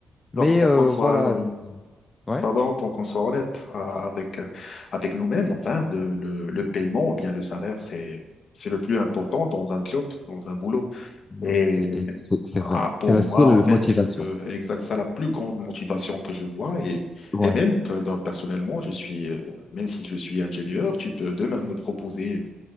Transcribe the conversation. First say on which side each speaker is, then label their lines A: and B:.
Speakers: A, on the left; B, on the left.
A: Mais
B: Alors, pour
A: euh,
B: qu'on soit,
A: voilà,
B: euh,
A: donc, euh, ouais.
B: pardon, pour qu'on soit honnête euh, avec, euh, avec nous-mêmes, enfin, le, le, le paiement ou bien le salaire, c'est, c'est le plus important dans un job, dans un boulot.
A: Mais
B: Et
A: c'est, et c'est c'est
B: ah,
A: vrai.
B: pour
A: C'est la seule
B: moi, en fait,
A: motivation.
B: je peux, exact, ça la plus grande motivation que je vois. Et,
A: Ouais.
B: et même, euh, dans- personnellement, je suis, euh, même si je suis ingénieur, tu peux demain me proposer